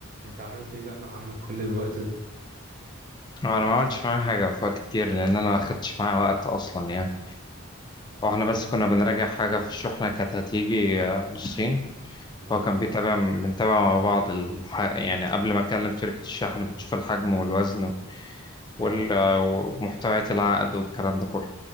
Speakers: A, on the right; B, on the left.
A: انت عملت ايه بقى مع عمك كل الوقت ده؟
B: هو انا ما عملتش معاه حاجه في وقت كتير لان انا ما اخدتش معاه وقت اصلا يعني هو احنا بس كنا بنراجع حاجه في شحنه كانت هتيجي آه، من الصين
A: مم.
B: فهو كان بيتابع بنتابع مع بعض الح... يعني قبل ما اكلم شركه الشحن بتشوف الحجم والوزن
A: اه
B: وال... آه، ومحتويات العقد والكلام ده كله